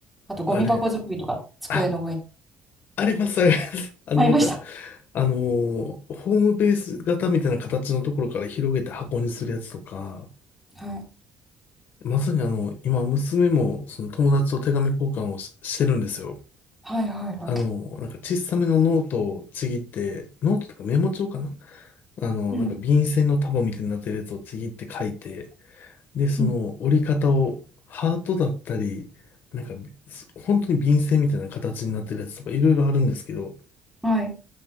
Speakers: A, in the centre; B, on the left.
A: あとゴミ箱作りとか机の上に
B: あれ、あ、あります、あります。<laughs> あの、
A: ありました。
B: なんか、あのーホームベース型みたいな形のところから広げて箱にするやつとか、
A: はい。
B: まさにあの、今、娘も、その友達と手紙交換をし、してるんですよ。
A: はいはいは
B: あの、なんか小さめのノートをちぎって、ノートとかメモ帳かなあの、
A: い。
B: なんか便箋の束みたいになってるやつをちぎって書いて、
A: うん。
B: で、その折り方をハートだったり、
A: うん。
B: なんか、す本当に便箋みたいな形になってるやつとかいろいろあるんですけど、
A: はい。